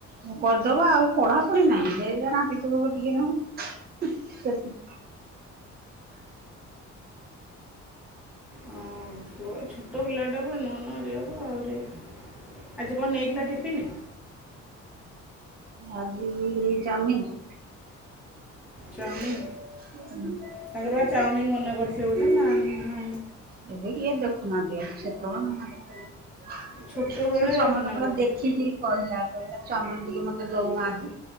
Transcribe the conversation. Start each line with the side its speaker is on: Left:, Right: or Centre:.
Right: ମୁଁ କରିଦବା ଆଉ ପଢାପଢି ନାହିଁ ଦେ ରାମପି ପକେଇବ ଟିକେ ନାକୁ। ଉଁ ସେତିକି।
Centre: ଅ ଛୋଟ ପିଲାଟାକୁ ନୂଆ ନୂଆ ଯାଗାକୁ ଆହୁରି ଆଜି କଣ ନେଇଥିଲା ଟିଫିନ୍?
Right: ଆଜି ଚାଉମିିନ। <unintelligible>
Centre: ଚାଉମିନ୍ ତାଙ୍କର ବା ଚାଉମିନ୍ ମନା କରିଥିଲେ ବୋଧେ ନା ନା
Right: ଏବେ କିଏ ଦେଖୁନାହାନ୍ତି ଆଉ ସେତେବେଳେ ମନା କର୍ଥୁଲେ।
Centre: ଛୋଟବେଳେ
Right: ସେ ସମସ୍ତଙ୍କର
Centre: ମନା କରୁଥିଲେ
Right: ଦେଖିକିରି କହିଲା କହିଲା, ଚାଓମିନ ଟିକେ ମତେ ଦଉନ ଆଜି